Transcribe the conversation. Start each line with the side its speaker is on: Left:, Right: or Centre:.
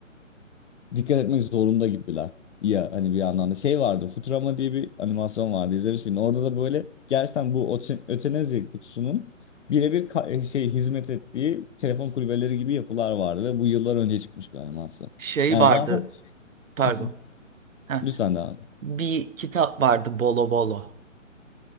Left: dikkat etmek zorunda gibiler. Ya hani bir yandan da şey vardı Futurama diye bir animasyon vardı izlemiş miydin? Orada da böyle gerçekten bu öte- ötenazi kutusunun birebir ka- e, şey hizmet ettiği telefon kulübeleri gibi yapılar vardı ve bu yıllar önce çıkmış bir animasyon.
Right: Şey
Left: Yani
Right: vardı
Left: zaten
Right: pardon.
Left: <laughs>
Right: Heh,
Left: lütfen daha
Right: bir kitap vardı Bolo Bolo.